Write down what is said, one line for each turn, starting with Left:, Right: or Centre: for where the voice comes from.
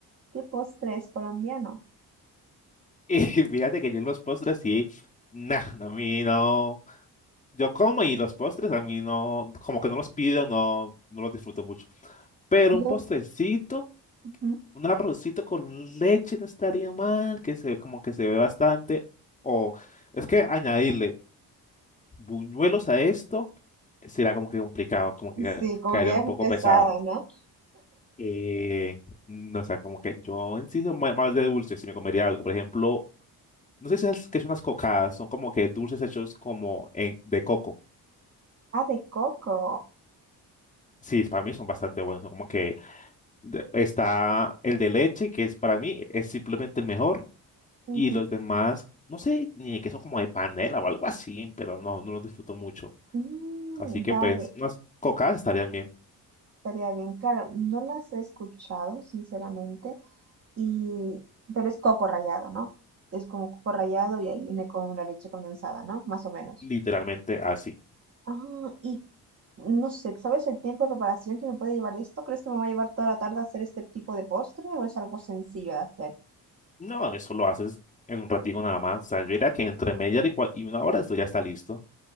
Right: ¿qué postre es colombiano?
Left: Y <laughs> fíjate que yo en los postres sí, nah, a mí no. Yo como y los postres a mí no, como que no los pido, no, no los disfruto mucho. Pero
Right: No.
Left: un postrecito,
Right: Ujú.
Left: un arrocito con leche no estaría mal, que se como que se ve bastante. O es que añadirle buñuelos a esto será como que complicado, como que ca-
Right: Sí, como
Left: caería
Right: que ya
Left: un poco
Right: fue pesado,
Left: pesado.
Right: ¿no?
Left: Eh, no, sé como que yo en sí soy ma- más de dulce, si me comería algo, por ejemplo, No sé si es que son unas cocadas, son como que dulces hechos como en- de coco.
Right: Ah, de coco.
Left: Sí, para mí son bastante buenos. Son como que de- está el de leche, que es para mí es simplemente el mejor,
Right: Ujú.
Left: y los demás, no sé, ni que son como de panela o algo así, pero no, no los disfruto mucho.
Right: Mm,
Left: Así que
Right: vale,
Left: pues unas cocadas estarían bien,
Right: estaría bien. Claro, no las he escuchado, sinceramente, y... pero es coco rallado, ¿no? Es como coco rallado y ahí viene con una leche condensada, ¿no? Más o menos.
Left: literalmente así.
Right: Ah, y no sé, ¿sabes el tiempo de preparación que me puede llevar esto? ¿Crees que me va a llevar toda la tarde hacer este tipo de postre o es algo sencillo de hacer?
Left: No, eso lo haces en un ratito nada más. O sea, yo diría que entre media hora y, cua- y una hora esto ya está listo.